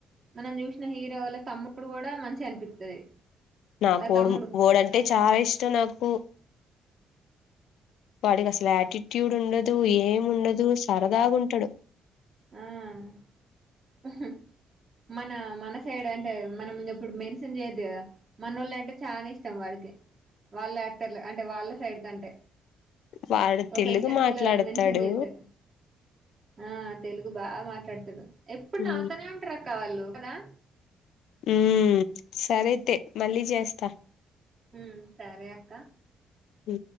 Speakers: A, on the right; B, on the left.
A: మనం జూసిన హీరో వాళ్ళ తమ్ముడు కూడా మంచిగ అనిపిత్తది
B: నా
A: ఆ
B: కోడుమ్
A: తమ్ముడు
B: ఓడు అంటే చాలా ఇష్టం నాకు వాడికి అసలు యాటిట్యూడ్ ఉండదు ఏం ఉండదు సరదాగ్ ఉంటాడు
A: ఆఁ మన మన సైడ్ అంటే మనమింగ‌ ఇప్పుడు మెస్సన్ చేయొద్దు కదా మనొళ్ళు అంటే చానా ఇష్టం వాడికి వాళ్ళ యాక్టర్ల అంటే వాళ్ళ సైడ్ కంటే
B: వాడు
A: ఒక
B: తెలుగు
A: ఇంటర్వ్యూలో
B: మాట్లాడతాడు
A: మెన్షన్ చేత్తాడు ఆఁ తెలుగు బాగా మాట్లాడ్తడు ఎప్పుడు
B: ఉ
A: నాతోనే ఉంటరక్క వాళ్ళు కదా!
B: హ్మ్ఁ సరే అయితే మళ్ళీ చేస్త
A: ఉ సరే అక్క
B: ఉ